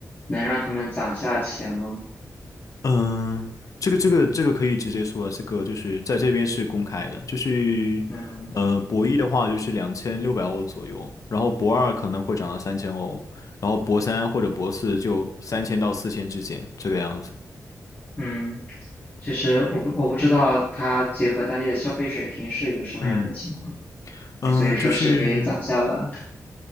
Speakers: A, on the left (about 30°); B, on the left (about 60°).
A: 能让他们攒下钱吗？
B: 嗯，这个这个这个可以直接说了，这个就是在这边是公开的，就是呃，
A: 嗯
B: 博一的话就是两千六百欧左右，然后博二可能会涨到三千欧，然后博三或者博四就三千到四千之间这个样子。
A: 嗯，就是我不我不知道他结合当地的消费水平是一个什么样的情况，
B: 嗯嗯，
A: 所以说是可以攒下了，
B: 呃就是